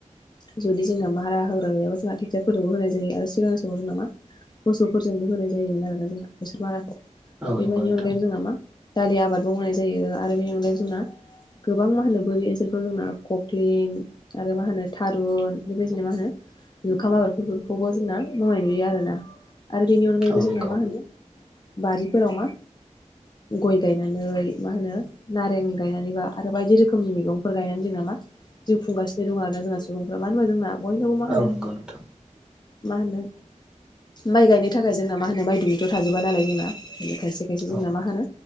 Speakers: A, on the left (about 35°); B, in the centre.
A: जुदि जोंना मारा हाग्रा गैयाबा जोंहा टेक्टारफोरजोंबो होनाय जायो आरो सिगांनि समाव जोंना मा? मोसौफोरजोंबो होनाय जायोमोन आरोना जोंना बेसोर माराखौ
B: औ नंगौ नोंथां औ
A: बेबायनि
B: नंगौ नोंथां
A: अनगायैबो जोंना मा? दालि आबाद मावनाय जायो आरो बेनि अनगायै जोंना। गोबां मा होनो बोरि ओनसोलखौ जोंना ककलिं आरो मा होनो थारुन बेबायदिनो मा होनो? ओखाम आबादफोरखौबो जोंना मावनाय नुयो आरोना आरो बेनि अनगायैबो
B: औ
A: जोंना
B: नंगौ
A: मा होनो? बारिफोराव मा गय गायनानै मा होनो? नारें गायनानैबा आरो बायदि रोखोमनि मैगंफोर गायनानै जोंना मा? जिउ खुंगासिनो दं आरो ना जोंना सुबुंफोरा मानो होनबा जोंना बयनावबो मा होनो?
B: औ नंगौ नोंथां
A: मा होनो माइ गायनो थाखाय जोंना मा होनो माइ दुमनिथ' थाजोबा नालाय जोंना बेनिखायसो बेखाय जोंना
B: औ
A: मा होन